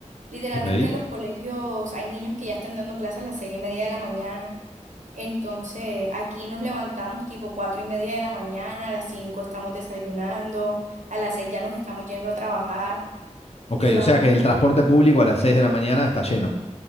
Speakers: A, on the right; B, on the left.
A: Literalmente
B: Ok.
A: los colegios hay niños que ya están dando clases a las seis y media de la mañana. Entonces aquí nos levantamos tipo cuatro y media de la mañana, a las cinco estamos desayunando, a las seis ya nos estamos yendo a trabajar
B: Ok,
A: y duramos,
B: o sea que el transporte público a las seis de la mañana está lleno.